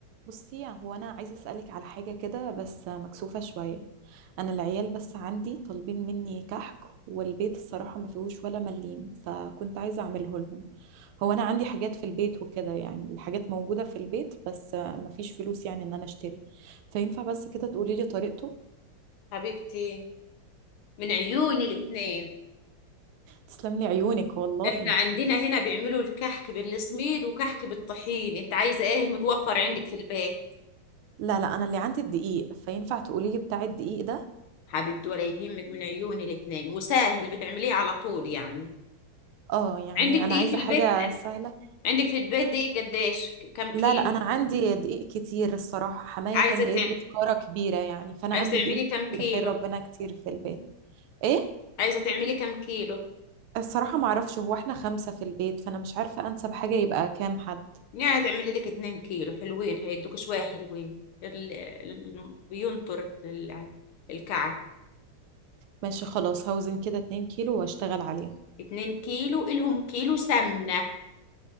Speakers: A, on the right (about 80°); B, on the left (about 80°).
A: بصي يعني هو انا عايزه اسالك على حاجه كده بس مكسوفه شويه انا العيال بس عندي طالبين مني كحك والبيت الصراحه ما فيهوش ولا مليم فكنت عايزه اعمله لهم هو انا عندي حاجات في البيت وكده يعني الحاجات موجوده في البيت بس ما فيش فلوس يعني ان انا اشتري فينفع بس كده تقولي لي طريقته
B: حبيبتي من عيوني الاتنين
A: تسلم لي عيونك والله
B: احنا عندنا هنا بيعملوا الكحك بالسميد وكحك بالطحين انت عايزه ايه المتوفر عندك في البيت
A: لا لا انا اللي عندي الدقيق فينفع تقولي لي بتاع الدقيق ده
B: حبيبتي ولا يهمك من عيوني الاتنين وسهل بتعمليه على طول يعني
A: اه يعني
B: عندك دي
A: انا عايزه
B: في البيت
A: حاجه سهله
B: عندك في البيت دي قديش كم كيلو
A: لا لا انا عندي دقيق كتير الصراحه حمايه
B: عايزه
A: كان جايب
B: تعملي
A: لي فكاره كبيره يعني فانا
B: عايزه
A: عندي
B: تعملي
A: دقيق
B: كم
A: كتير
B: كيلو
A: خير ربنا كتير في البيت ايه
B: عايزه تعملي كم كيلو
A: الصراحه ما اعرفش هو احنا خمسه في البيت فانا مش عارفه انسب حاجه يبقى كام حد
B: يعني تعملي لك اتنين كيلو حلوين هيدوك شويه حلوين ال... ال... بينطر ال- الكعك
A: ماشي خلاص هوزن كده 2 كيلو واشتغل عليهم
B: اتنين كيلو إلهم كيلو سمنة